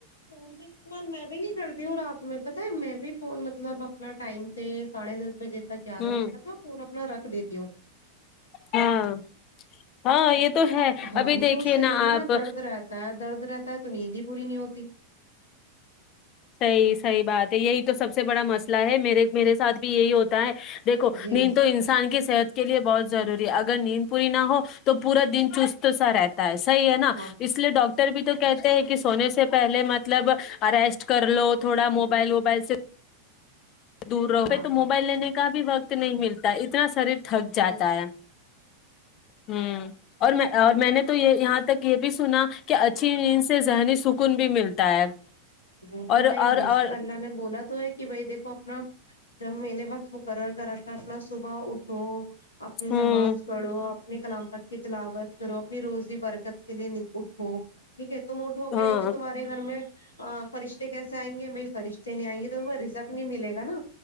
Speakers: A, on the left; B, on the left.
A: سون تو استال میں بھی نہیں کرتی ہوں رات میں بس <unintelligible> س میں بھی فون مطلب اپنا ٹائم سے ساڑھے دس بجے <unintelligible> تو گارہ
B: ہوں
A: بجے تک ن فون اپنا رکھ <unintelligible> دیتی ہوں <unintelligible>
B: ہاں ہاں یہ <unintelligible>
A: ہاں
B: ابھی دیکھیے
A: کیوں شریر میں
B: آپ
A: نا درد رہتا ہے درد رہتا تو نہیں جی <unintelligible> گری نہیں ہوتی <unintelligible>
B: صحیح صحیح بات ہے یہی تو سب سے بڑا مسئلہ ہے میر میرے ساتھ بھی یہی ہوتا ہے دیکھو
A: جی
B: نیند تو انسان کی صحت <unintelligible> کے لیے بہت ضروری ہے اگر نیند پوری نہ ہو تو پورا دن چست سا رہتا <unintelligible> صحی ہے نا
A: ہاں
B: اس لیے ڈاکٹر بھی تو کہتے ہیں کہ ہونے سے پہلے مطلب ارسٹ کچ کر لو تھوڑا موبائل ووبائل سے دور رہوے
A: ہاں
B: تو
A: ہاں
B: موبائل لینے کا بھی وقت نہیں ملتا ہے اس ا سر تھک جاتا
A: جی جی
B: ہے ہوں اور میں اور میں نے تو یہ یہاں تک یہ بھی سنا کہ اچھی سے ذہنی سکون بھی ملتا ہے
A: وہ تو
B: اور
A: ہے
B: اور
A: بے
B: اور
A: شک اللہ نے بولا تو ہے کہ بھائی دیکھ اپنا جب میے وقت مقرر کر اپنا صبح اٹھو اپنی
B: ہوں
A: نماز پڑھو اپنی کلام پت کی بلاوت کرو اپنی روزی برکت لیے اٹھو ٹھیک ہے تم اٹھو کہ
B: ہاں
A: نہیں تو تمہارے گھر میں ہ فرشتے کیسے آئیں گے ب فرشتے نہیں آئیں گے تویں رزک نہیں ملے گا نا